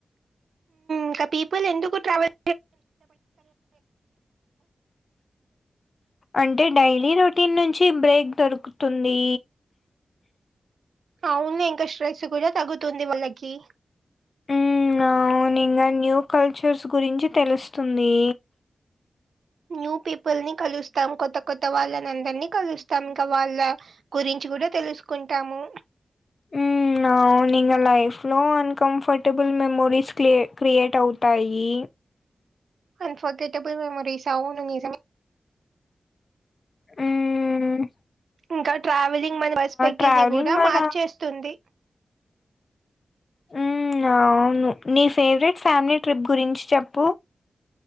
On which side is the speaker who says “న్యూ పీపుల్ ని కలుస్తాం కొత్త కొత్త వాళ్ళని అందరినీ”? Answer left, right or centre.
Right